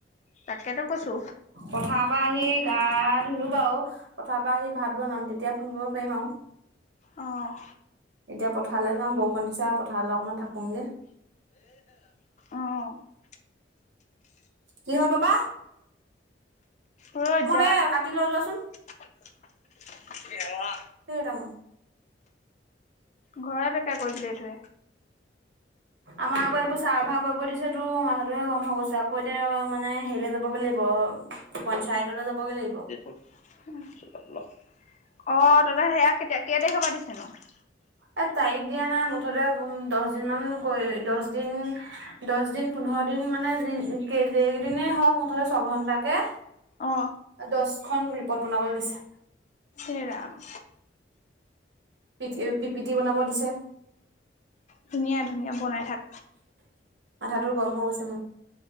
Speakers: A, on the left (about 40°); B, on the right (about 70°).
A: তাকেতো কৈছো
B: পথাৰপা আহি গা ধুলো বাৰু পথাৰপা আহি ভাত বনাম তেতিয়া ফোন কৰিব পাৰিম আৰু
A: অঁ
B: এতিয়া পথাৰলে যাম বৰষুণ দিছে পথাৰলে অকনমান থাকুংগে
A: অ অ
B: কিহ পাবা
A: অই যা
B: এই কাটি লৈ যোৱাচোন
A: কোলা
B: দেই তামোল
A: ঘৰে বেকা কৰি দিলে এইটোৱে
B: আমাৰ আকৌ এইবোৰ চাৰভাৰ কৰিব দিছেতো মাথাটোহে গৰম হৈ গৈছে আকৌ এতিয়া মানে হেৰিলৈ যাবগৈ লাগিব পঞ্চায়ততে যাবগে লাগিব
A: অ তহঁতৰ সেয়া কেতিয়া কেই তাৰিখৰপা দিছে নো?
B: এ তাৰিখ দিয়া নাই মুঠতে দহ দিন মান দহ দিন দচ দিন পোন্ধৰ দিন মানে যেই দিনেই হওক মুঠতে ছঘন্টাকে
A: অ
B: দচখন ৰিপদ বনাবলে দিছে
A: এ ৰাম
B: পি পিপিটি বনাব দিছে
A: ধুনীয়া ধুনীয়া বনাই থাক
B: মাথাটো গৰম হৈ গৈছে